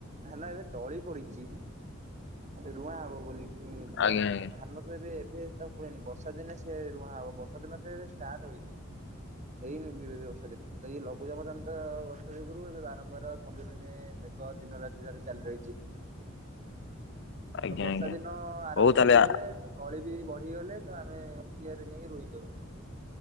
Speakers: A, on the right; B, on the left.
A: ଧାନ ଏବେ ତଳି ପଡିଛି। ରୁଆ ହବ ବୋଲି ଉ ବିଲ
B: ଆଜ୍ଞା ଆଜ୍ଞା
A: ଧାନ ଏବେ ଏବେ ତ ହୁଏନି ବର୍ଷା ଦିନେ ସେ ରୁଆ ହବ ବର୍ଷା ଦିନ ତ ଏବେ ଷ୍ଟାର୍ଟ ହେଇଛି। ହେଇନି ଏବେବି ବର୍ଷା ଦିନ ତ ଇଏ ଲଘୁଚାପ ଜନିତ ବର୍ଷା ଯୋଗୁଁ- <unintelligible> ବାରମ୍ବାର ସବୁଦିନେ ମେଘ ଦିନ ରାତି ଧରି ଚାଲି ରହିଛି।
B: ଆଜ୍ଞା
A: ଆଉ ବର୍ଷା
B: ଆଜ୍ଞା
A: ଦିନ ଆରମ୍ଭ
B: ହଉ ତାହେଲେ
A: ହେଇଗଲେ ତ ତଳି ବି ବଢିଗଲେ ତ ଆମେ କିଆରି ରେ ଯାଇକି ରୋଇ ଦଉ